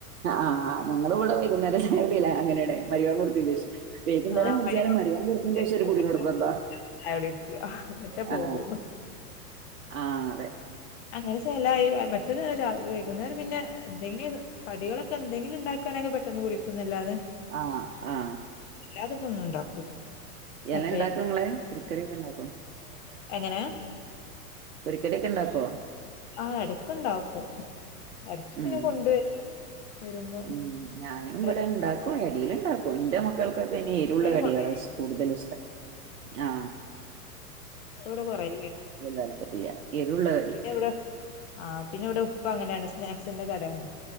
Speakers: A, on the right (about 55°); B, on the left (about 40°).
A: ആ ഞങ്ങൾ ഇവിടെ വൈകുന്നേരം ചായ കുടിയില്ല അങ്ങനെയാണ് മരിബാങ്ക് കൊ ടുത്തതിന്‌ ശേഷം വൈകുന്നേരം
B: ആഹ്
A: കുടിച്ചാലും
B: മഗ്‌രിബാങ്ക്
A: മരുബാങ്ക് കൊടുത്തിന്റെ ശേഷം ഒരു
B: കൊടുത്താ
A: കുടി നിർബന്ധാ
B: ചായ കുടി കുടിക്കുക എന്നിട്ടേ പോകുള്ളൂ
A: ആ ആ അതെ
B: പിന്നെ ചില മറ്റേത് വൈകുന്നേരം പിന്നെ എന്തെങ്കിലും കടികളൊക്കെ എന്തെങ്കിലും ഉണ്ടാക്കുകവാണെങ്കിൽ പെട്ടെന്ന് കുടിക്കുന്ന് അല്ലാതെ
A: ആ ആ
B: അല്ലാതിപ്പൊന്നും ഉണ്ടാക്കൂല
A: എല്ലാ
B: അപ്പ
A: ഇണ്ടാക്കും ഇങ്ങള് പുരിക്കറിയൊക്കെ ഉണ്ടാക്കുവൊ ഇപ്പം
B: എങ്ങനെ
A: കടിയൊക്കെ ഉണ്ടാക്കുവോ
B: ആ ഇടക്കുണ്ടാക്കും ഇടക്ക്
A: ഉം
B: പിന്നെ കൊണ്ടുവരും വരുമ്പോ
A: ഉം ഞാനും ഇവിടെ
B: ഇപ്പ
A: ഉണ്ടാക്കും എടീൽ ഇണ്ടാക്കും എന്റെ മ ക്കൾക്കൊക്കെ ഇനി എരുവുള്ള
B: അയിന്
A: കടികളാ
B: കൊറേ
A: കൂടുതല് ഇഷ്ടം ആ
B: ഇപ്പോ ഇവിടെ കൊറേ ഉണ്ടാരുന്നു
A: താല്പര്യല്ല എരുള്ള
B: ആ
A: കടി
B: പിന്നെ ഇവിടെ ആ പിന്നെ ഇവിടെ ഉപ്പ അങ്ങനെയാണ് സ്നാക്സിൻ്റെ കടയാണ്